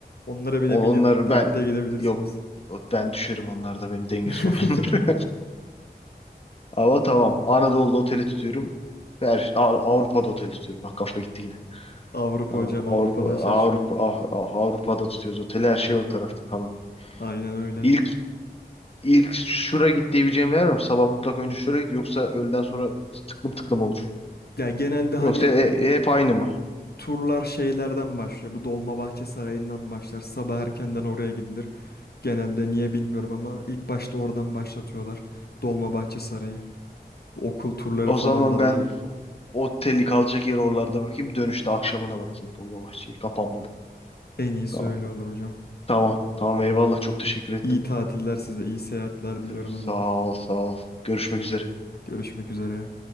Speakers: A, on the left; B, on the left.
A: Onlara bile
B: O-
A: binip
B: Onları
A: tak
B: ben
A: diye gidebilirsiniz.
B: yok o- ben düşerim onlarda benim denge
A: <laughs>
B: sorunum. <laughs> Ama tamam. Anadolu'da oteli tutuyorum. Her, şey, A- Avrupa'da oteli tutuyorum. Bak kafa gitti yine.
A: Avrupa
B: Tamam.
A: hocam, Avrupa'dan
B: Avrupa
A: şaşmayın.
B: Avrupa Ah- Ah- Avrupa'da tutuyoruz oteli. Her şey o tarafta tamam.
A: Aynen öyle.
B: İlk ilk şura git diyebileceğim bir yer var mı? Sabah mutlak önce şura git yoksa öğleden sonra tıklım tıklım olur.
A: Ya genelde hani
B: Yoksa e- e- hep aynı mı?
A: turlar şeylerden başlıyor. Bu Dolmabahçe Sarayı'ndan başlar. Sabah erkenden oraya gidilir. Genelde niye bilmiyorum ama ilk başta oradan başlatıyorlar. Dolmabahçe Sarayı. Bu Okul turları
B: O
A: falan
B: zaman
A: da
B: ben
A: dahil.
B: o- oteli kalacak yeri oralarda bakayım. Dönüşte akşamına bakayım Dolmabahçe'yi kapanmadan.
A: En iyisi
B: Tamam.
A: öyle olur hocam.
B: Tamam. Tamam eyvallah çok teşekkür ettim.
A: İyi tatiller size, iyi seyahatler diliyorum
B: Sağ
A: o zaman.
B: ol sağ ol. Görüşmek üzere.
A: Görüşmek üzere.